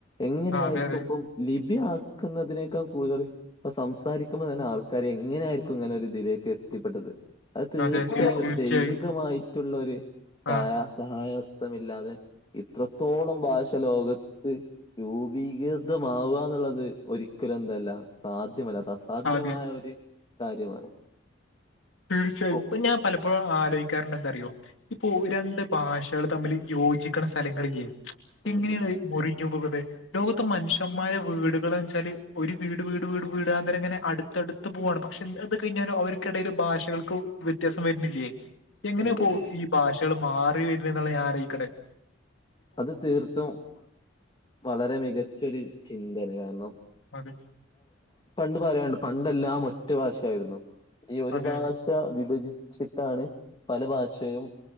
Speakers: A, on the left (about 25°); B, on the left (about 75°).
A: എങ്ങനെ
B: ആ
A: ആയിരിക്കും
B: അതെ അതെ
A: ഇപ്പ ലിഭി ആക്കുന്നതിനേക്കാൾ കൂടുതല് ഇപ്പ സംസാരിക്കുമ്പോ തന്നെ ആൾക്കാര് എങ്ങനൊയിരിക്കും ഇങ്ങനെ ഒര് ഇതിലേക്ക് എത്തിപ്പെട്ടത് അത് തീർച്ചയായും
B: അതെ
A: ഒരു
B: തീർച്ചയായും
A: ദൈവികമായിട്ടുള്ള ഒരു കാ
B: ആ
A: സഹായസ്ഥമില്ലാതെ ഇത്രത്തോളം ഭാഷ ലോകത്ത് രൂപീകൃതമാവ എന്നുള്ളത് ഒരിക്കലും എന്തല്ല സാധ്യമല്ല. അ സാധ്യമായ
B: അതെ
A: ഒരു കാര്യമാണ്.
B: തീർച്ചയായും
A: ഉം
B: ഇപ്പൊ ഞാൻ പലപ്പോഴും ആലോയ്ക്കാറുണ്ട് എന്തറിയോ ഇപ്പോ രണ്ട് ഭാഷകള് തമ്മില് യോജിക്കണ സലങ്ങളില്ലേ.
A: ഉം
B: എങ്ങനെയാണ്
A: ഉം
B: അത് മുറിഞ്ഞു പോകുന്നെ ലോകത്ത് മനുഷന്മാരെ വീടുകള് ന്ന് വെച്ചാല് ഒരു വീട് വീട് വീട് വീടാന്തരം ഇങ്ങനെ അടു ത്തടുത്ത് പോവാണ് പക്ഷെ അത് കഴിഞ്ഞാലും അവർക്കിടയിലും ഭാഷകൾക്ക് വ്യത്യാസം വര്ന്നില്ലേ എങ്ങനെ
A: ഉണ്ട്
B: പോ
A: ഉണ്ട്
B: ഈ ഭാഷകള് മാറി വര്ന്നെ എന്നുള്ള ഞാൻ ആലോയ്ക്ക്ണെ
A: അത് തീർത്തും വളരെ മികച്ചൊരു ചിന്താണ് കാര്ണം
B: അതെ
A: പണ്ട് പറയാനുണ്ട് പണ്ടെല്ലാം ഒറ്റ ഭാഷായിരുന്നു. ഈ ഒരു
B: അതെ
A: ഭാഷ
B: അതെ
A: ഷ, വിഭജിച്ചിട്ടാണ് പല ഭാഷയും